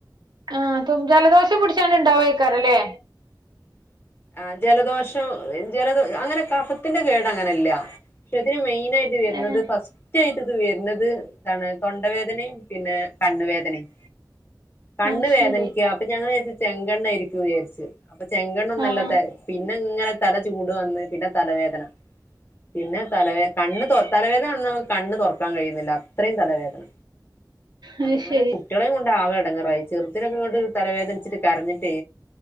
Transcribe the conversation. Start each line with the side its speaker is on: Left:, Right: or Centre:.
Right: ആഹ് ജലദോഷം പിടിച്ച്ങ്ങാണ്ട് ഇണ്ടാവക്കാരം ല്ലേ
Left: <inaudible> ആ ജലദോഷം ജലദോ അങ്ങനെ കഫത്തിന്റെ കേടങ്ങനല്ല പക്ഷെ ഇതിന് മെയിൻ ആയിട്ട് വരുന്നത്
Right: ഏഹ്
Left: ഫസ്റ്റ് ആയിട്ട് ഇത് വരുന്നത് ഇതാണ് തൊണ്ടവേദനയും പിന്നെ കണ്ണ് വേദനയും കണ്ണ്
Right: അത്
Left: വേദനിക്ക
Right: ശരി
Left: അപ്പൊ ഞങ്ങള് വിചാരിച്ചു ചെങ്കണ്ണായിരിക്കും വിചാരിച്ച് അപ്പൊ ചെങ്കണ്ണ് ഒന്നും
Right: ആഹ്
Left: അല്ലാ പിന്നെ ഇങ്ങനെ തല ചൂട് വന്ന് പിന്നെ തലവേദന പിന്നെ തലവേ കണ്ണ് തലവേദന വന്നപ്പോ കണ്ണ് തുറക്കാൻ കഴിയുന്നില്ല അത്രയും തലവേദന
Right: അത്
Left: അങ്ങനെ
Right: ശരി
Left: കുട്ടികളെയും കൊണ്ട് ആകെ എടങ്ങേറായി ചെറുതിനൊക്കെങ്ങട്ട് തലവേദനിച്ചിട്ട് കരഞ്ഞിട്ട്